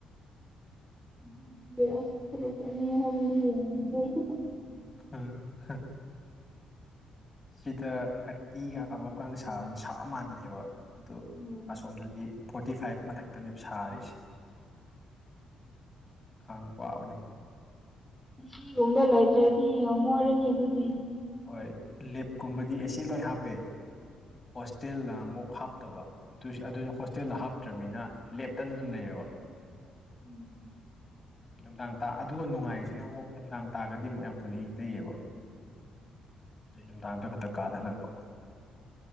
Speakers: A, in the centre; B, on the left (about 25°).
A: <unintelligible>
B: <unintelligible> ꯁꯤꯗ ꯊꯥꯔꯇꯤꯒ ꯑꯕꯞꯀ ꯁꯥꯕꯁꯤ ꯁꯥ ꯃꯥꯟꯕꯅꯦꯕ ꯑꯗꯨ
A: ꯎꯝ
B: ꯑꯁꯣꯝꯗꯗꯤ ꯐꯣꯔꯇꯤ ꯐꯥꯏꯚ ꯃꯊꯛꯇꯅꯦꯕ ꯁꯥꯔꯤꯁꯦ ꯈꯥꯡꯕ ꯋꯥꯥꯕꯅꯦ
A: ꯑꯦꯁꯤꯒꯨꯝꯕ ꯂ ꯂꯩꯗ꯭ꯔꯦꯗꯤ ꯌꯥꯝꯃ ꯋꯥꯔꯅꯤ ꯑꯗꯨꯗꯤ
B: ꯍꯣꯏ ꯂꯦꯞꯀꯨꯝꯕꯗꯤ ꯑꯦꯁꯤ ꯂꯣꯏ ꯍꯥꯞꯄꯦ ꯍꯣꯁꯇꯦꯜꯅ
A: ꯎꯝ
B: ꯑꯃꯨꯛ ꯍꯥꯞꯇꯕ ꯑꯗꯨ ꯑꯗꯨꯁꯨ ꯍꯣꯁꯇꯦꯜꯗ ꯍꯥꯞꯇ꯭ꯔꯕꯅꯤꯅ ꯂꯦꯞꯇꯗ ꯑꯗꯨꯝ ꯂꯩꯔꯦꯕ
A: ꯎꯝ
B: ꯅꯨꯡꯗꯥꯡ ꯇ ꯑꯗꯨꯒ ꯅꯨꯡꯉꯥꯏꯔꯤꯁꯤꯅ ꯑꯃꯨꯛ ꯅꯨꯡꯗꯥꯡ ꯇꯥꯔꯒꯗꯤ ꯑꯃꯨꯛ ꯌꯥꯝ ꯊꯨꯅ ꯏꯪꯊꯩꯌꯦꯕ ꯁꯤꯩ ꯅꯨꯡꯗꯥꯡꯗ ꯈꯛꯇ ꯀꯥꯗ ꯍꯜꯂꯛꯄ